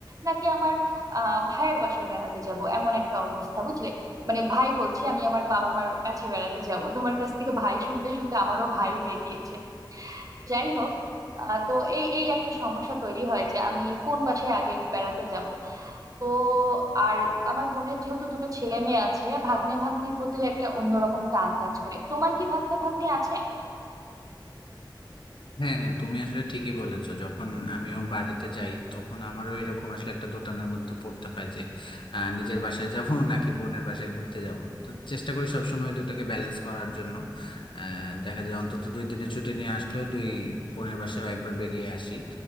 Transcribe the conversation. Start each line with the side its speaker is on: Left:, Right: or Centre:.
Right: নাকি আমার আহ ভাইয়ের বাসায় বেড়াতে যাব এমন একটা অবস্থা বুঝলে মানে ভাই বলছি আমি আমার বাবা মার কাছে বেড়াতে যাব তোমার কাছ থেকে ভাই শুনতে শুনতে আমারও ভাই হয়ে গিয়েছে যাই হোক আহ, তো এই এই একটা সমস্যা তৈরি হয় যে আমি কোন বাসায় আগে বেড়াতে যাব তো আর আমার বোনের যেহেতু দুটো ছেলে মেয়ে আছে ভাগ্নে ভাগ্নির প্রতিও একটা অন্যরকম টান কাজ করে তোমার কি ভাগ্নে ভাগ্নি আছে
Left: হ্যাঁ হ্যাঁ তুমি আসলে ঠিকই বলেছো যখন আমিও বাড়িতে যাই তখন আমারও এরকম আসলে একটা দোটানার মধ্যে পড়তে হয় যে আহ, নিজের বাসায় যাব <laughs> নাকি বোনের বাসায় ঘুরতে যাব তো চেষ্টা করি সবসময় দুটাকে ব্যালেন্স করার জন্য আহ, দেখা যায় অন্তত দুই দিনের ছুটি নিয়ে আসলেও দুই বোনের বাসায়ও একবার বেরিয়ে আসি